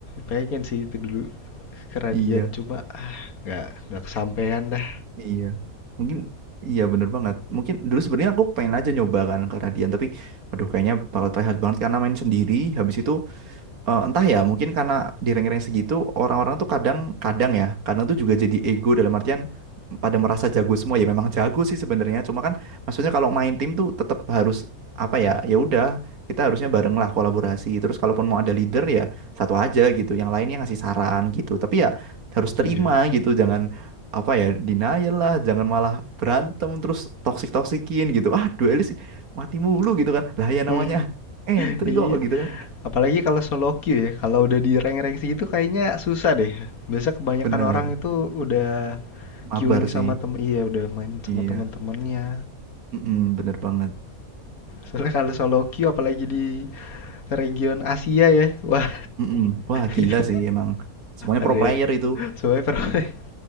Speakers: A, on the left; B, on the right.
A: Pengen sih itu dulu. ke Radian
B: iya
A: cuma ah nggak nggak kesampaian dah
B: iya mungkin iya bener banget mungkin dulu sebenarnya aku pengen aja nyoba kan karena Dian tapi aduh kayaknya bakal try hard banget karena main sendiri habis itu eh, entah ya, mungkin karena di rank-rank segitu orang-orang tuh kadang-kadang ya, kadang tuh juga jadi ego dalam artian pada merasa jago semua ya memang jago sih sebenarnya. Cuma kan maksudnya kalau main tim tuh tetap harus apa ya? Ya udah, kita harusnya bareng lah kolaborasi. Terus kalaupun mau ada leader ya satu aja gitu, yang lainnya ngasih saran gitu. Tapi ya harus terima
A: iya <laughs>
B: gitu, jangan apa ya denial lah, jangan malah berantem terus toksik-toksikin gitu. Ah, duelis mati mulu gitu kan. Lah ya
A: Hmm,
B: namanya entry
A: iya
B: kok gitu kan.
A: apalagi kalau solo queue ya kalau udah di rank-rank segitu kayaknya susah deh biasa kebanyakan
B: Bener.
A: orang itu udah
B: Mabar
A: queuing
B: sih.
A: sama tem iya udah main
B: Iya.
A: sama teman-temannya
B: Mm-mm, bener banget.
A: soalnya kalau solo queue apalagi di region Asia ya wah
B: Mm-mm. Wah, gila
A: <laughs> itu
B: sih emang. Semuanya
A: ada
B: pro player
A: ya
B: itu.
A: soalnya per- <laughs>